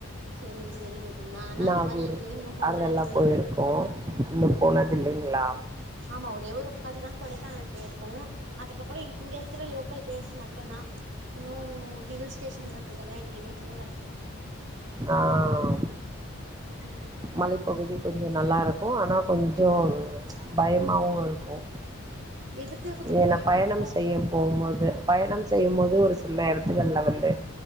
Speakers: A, on the right; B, on the right.
A: செரி செரிங்க தோழி நானா
B: நாகூர்
A: இந்த மாரி எங்கயு இன்னு போகல
B: அங்கல்லா
A: தோழி
B: போயிருக்கோ இன்னு போனதுல்லைங்ளா
A: ம் ஆமா ஒரே ஒரு வாட்டிதா கொடைக்கானல் போயிருக்கோ அதுக்கப்புறோ இங்க இருக்கிற லோக்கல் ப்ளேஸ் மட் டனா இன்னு ஹில் ஸ்டேஷன்ஸ் <inaudible> எங்கயுமே போல
B: ஆம்
A: ம்
B: மலைப்பகுதி கொஞ்ச நல்லாருக்கு ஆனா கொஞ்சோ ம்ச் பயமாவு இருக்கு
A: எதுக்கு தோழி
B: ஏன
A: பயமா
B: பயணம்
A: இருக்கு
B: செய்ய போவும்போது பயணம் செய்யும் மோது ஒரு சில எடத்துகள்ல வந்து